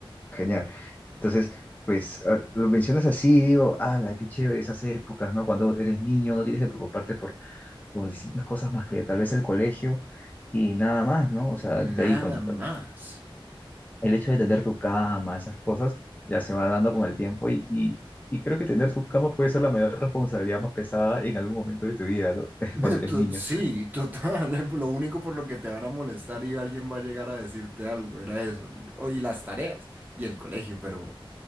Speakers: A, on the left; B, on the right.
A: Genial. Entonces, pues a- lo mencionas así y digo, ala, qué chévere esas épocas, ¿no? Cuando eres niño no tienes que preocuparte por, por distintas cosas más que tal vez el colegio y nada más, ¿no? O sea,
B: Nada
A: de ahí, bueno,
B: más.
A: el hecho de tener tu cama, esas cosas, ya se va dando con el tiempo y, y, y creo que tener tu cama puede ser la mayor responsabilidad más pesada en algún momento de tu vida, ¿no? <laughs>
B: <laughs>
A: Cuando eres
B: To-
A: niño.
B: Sí, total. <laughs> Lo único por lo que te van a molestar y alguien va a llegar a decirte algo, era eso. Oye, las tareas y el colegio, pero...